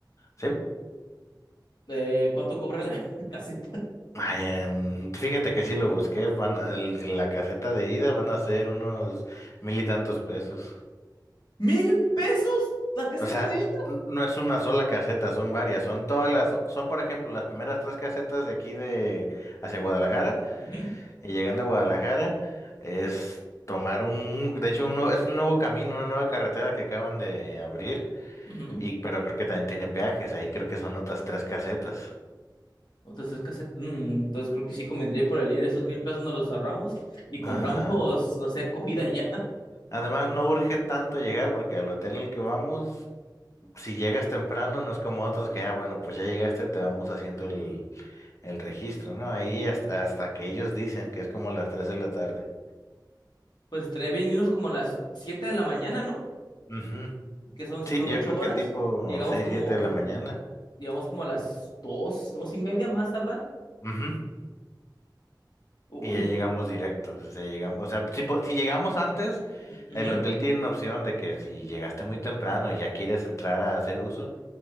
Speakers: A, on the left (about 40°); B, on the left (about 65°).
A: Sí.
B: Eh, ¿cuánto cobra la <laughs> caseta?
A: Ay, em, fíjate que sí lo busqué. Van, el- la caseta de ida van a ser unos mil y tantos pesos.
B: ¿Mil pesos la caseta
A: O sea,
B: de ida?
A: n- no es una sola caseta, son varias. Son todas
B: Mm,
A: las, son por ejemplo las primeras tres casetas de aquí de hacia Guadalajara.
B: ujú,
A: Y llegando a Guadalajara es tomar un, de hecho un nuevo- es un nuevo camino, una nueva carretera que acaban de abrir,
B: ujú.
A: y pero creo que también tiene peajes, ahí creo que son otras tres casetas.
B: Entonces, es cassette. Mm, entonces creo que sí convendría ir por el libre. Esos mil pesos nos los ahorramos y compramos,
A: Ajá.
B: <laughs> no sé, comida ya. <laughs>
A: Además no urge tanto llegar porque al hotel al que vamos, si llegas temprano no es como otros que, ah, bueno, pues ya llegaste, te vamos haciendo el, el registro, ¿no? Ahí hasta, hasta que ellos dicen que es como las tres de la tarde.
B: Pues estaría bien irnos como a las 7 de la mañana, ¿no?
A: Ujú.
B: Que son, si
A: Sí,
B: son
A: yo
B: 8
A: creo
B: horas,
A: que tipo
B: llegamos
A: seis,
B: como,
A: siete de la mañana.
B: llegamos como a las dos dos y media más tardar.
A: Ujú.
B: Uy,
A: Y ya llegamos directos, o sea, llegamos, o sea, si, po- si llegamos antes,
B: ujú,
A: el hotel tiene una opción de que si llegaste muy temprano y ya quieres entrar a hacer uso,